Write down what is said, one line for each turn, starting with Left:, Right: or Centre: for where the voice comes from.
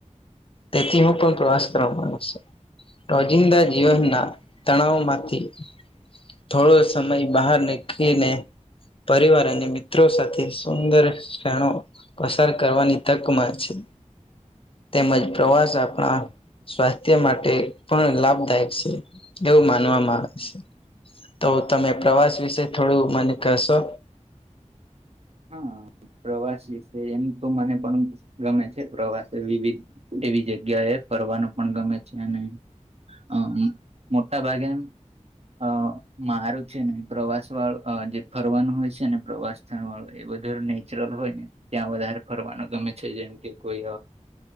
Left: તેથી હું પણ પ્રવાસ કરવા માગું છું. રોજિંદા જીવનના તણાવ માંથી થોડો સમય બહાર નીકળીને. પરિવાર અને મિત્રો સાથે સુંદર ક્ષણો પસાર કરવાની તકમાં છે. તેમજ પ્રવાસ આપણા સ્વાસ્થ્ય માટે પણ લાભદાયક છે, એવું માનવામાં આવે છે. તો તમે પ્રવાસ વિશે થોડું મને કહેશો?
Right: હા, પ્રવાસી છે એમ તો મને પણ ગમે છે. પ્રવાસે વિવિધ એવી જગ્યા એ ફરવાનું પણ ગમે છે અને હ, મોટા ભાગે અ મારું છે ને, પ્રવાસ વાળું, જે ફરવાનું હોય છે ને, પ્રવાસ સ્થળ વાળું એ બધું નેચરલ હોય ને, ત્યાં વધારે ફરવાનું ગમે છે, જેમ કે કોઈ